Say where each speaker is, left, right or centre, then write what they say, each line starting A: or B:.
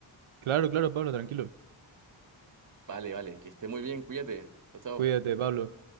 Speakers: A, on the right; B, on the right.
A: Claro, claro, Pablo, tranquilo.
B: Vale, vale, que esté muy bien, cuídate. Chao,
A: Cuídate,
B: chao.
A: Pablo.